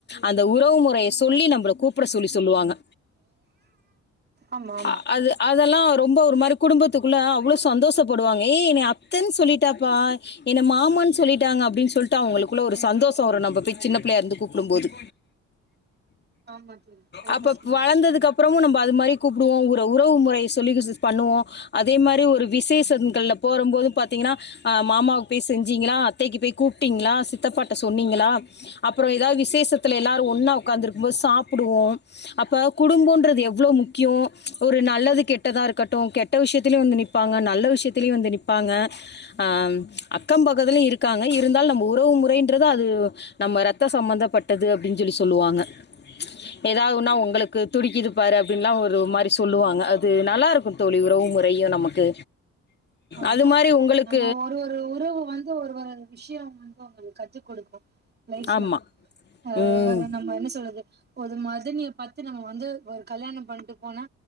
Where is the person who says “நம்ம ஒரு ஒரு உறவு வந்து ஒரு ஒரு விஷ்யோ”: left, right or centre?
Right